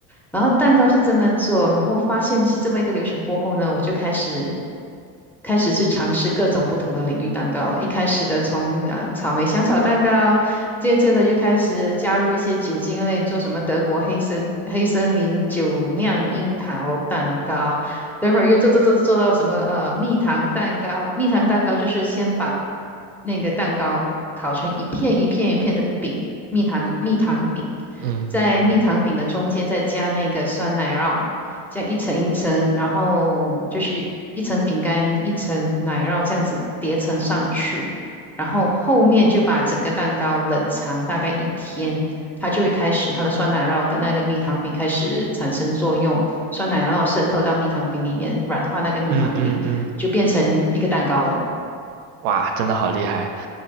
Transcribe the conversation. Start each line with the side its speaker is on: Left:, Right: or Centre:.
Centre: 然后蛋糕是这么做，然后发现是这么一个流程过后呢，我就开始开始去尝试各种不同的领域蛋糕了。一开始的从啊、草莓香草蛋糕，渐渐的就开始加入一些酒精类，做什么德国黑森黑森林酒酿樱桃蛋糕，待会儿又做做做做到什么呃蜜糖蛋糕，蜜糖蛋糕就是先把那个蛋糕烤成一片一片一片的饼，蜜糖蜜糖饼，
Right: 嗯
Centre: 在蜜糖饼的中间再加那个酸奶酪，这样一层一层，然后就是一层饼干一层奶酪这样子叠层上去，然后后面就把整个蛋糕冷藏大概一天，它就会开始它的酸奶酪跟那个蜜糖饼开始产生作用。酸奶，然后渗透到蜜糖饼里面，软化那个蜜糖饼，
Right: 嗯嗯嗯，
Centre: 就变成一个蛋糕了。
Right: 哇，真的好厉害。